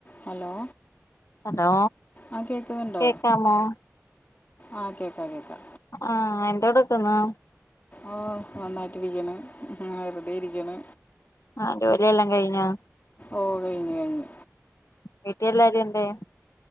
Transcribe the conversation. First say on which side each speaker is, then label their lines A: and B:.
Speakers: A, on the left (about 30°); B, on the left (about 70°).
A: Hello
B: hello
A: ആ കേൾക്കുന്നുണ്ടോ
B: കേക്കാമോ
A: ആ കേക്കാം കേക്കാം
B: ആ എന്തോടുക്കുന്നു
A: ആ നന്നായിട്ടിരിക്കണ് ഇങ്ങനെ വെറുതെ ഇരിക്കണ്
B: ആഹ് <unintelligible>
A: ഓ കഴ്ഞ് കഴ്ഞ്
B: വീട്ട് എല്ലാരും എന്തെയ്യും?